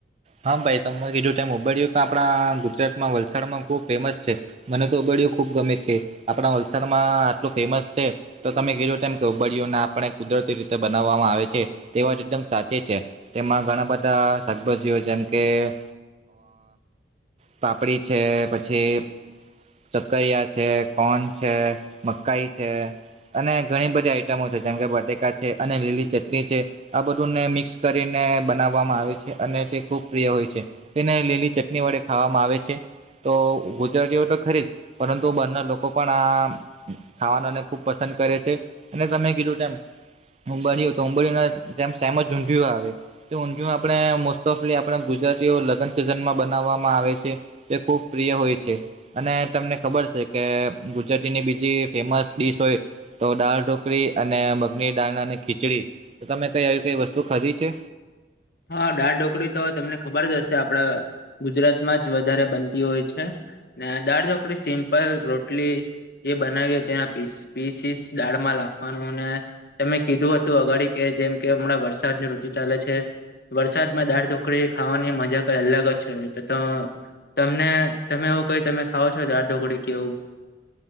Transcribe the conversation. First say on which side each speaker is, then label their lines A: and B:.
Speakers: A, on the right; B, on the left.
A: હા ભાઈ તમે કીધું તમે ઉભડિયું કે આપણા ગુજરાતમાં વલસાડમાં ખુબ ફેમસ છે. મને તો ઉબડયો ખુબ ગમે છે આપણા વલસાડમાં આટલું ફેમસ છે તો તમે કીધો તેમ કે ઉબળીઓને આપણે કુદરતી રીતે બનાવવામાં આવે છે તે વાત એકદમ સાચી છે. તેમાં ઘણા બધા શાકભાજી જે જેમ કે પાપડી છે પછી સકરયા છે કોન છે મકાઈ છે. અને ઘણી બધી આઈટમો છે જેમ કે બટેકા છે અને લીલી ચટણી છે. આ બધુંને મિક્સ કરીને બનાવવામાં આવે છે અને તે ખુબ પ્રિય હોય છે તેને લીલી ચટ ની વડે ખાવામાં આવે છે તો ગુજરાતીઓ તો ખરી જ પરંતુ બારના લોકો પણ આ ખાવાનુંને ખુબ પસંદ કરે છે. અને તમે કીધું તેમ ઉંબડીઓ તો ઉુંબડી જેમ સામ જ ઊંધિયુ આવે તો ઊંધિયુ આપણે મોસ્ટલી આપણા ગુજરાતીઓ લગ્ન સીઝનમાં બનાવવામાં આવે છે તે ખુબ પ્રિય હોય છે. અને તમને ખબર છે કે ગુજરાતીની બીજી ફેમસ ડીશ હોય. તો દાળ ઢોકળી અને મગની દાળ અને ખીચડી તમે કઈ આવી કઈ વસ્તુ ખાધી છે.
B: હા દાળઢોકળી તો તમને ખબર જ હશે આપડા ગુજરાતમાં જ વધારે બનતી હોય છે. મેં દાળઢોકળી સિમ્પલ રોટલી એ બનાવીયો તેના પીસ પીસીસ દાળમાં નાખવાનું ને અને તમે કીધું હતું અગાડી કે જેમ કે હમણાં વરસાદની ઋતુ ચાલે છે. વરસાદમાં દાળ ઢોકળી ખાવાની મજા કઈ અલગ જ છે તો ત તમને તમે એવું કઈ તમે ખાવ છો દાળ ઢોકળી કે એવું